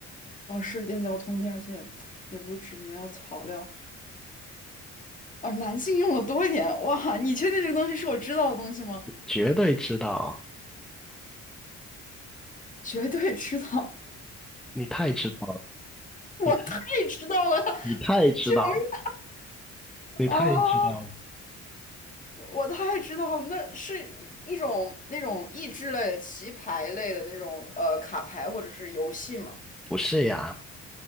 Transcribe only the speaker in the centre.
绝对知道，
你太知道了，
你你太知道了，
你太知道了，
不是呀。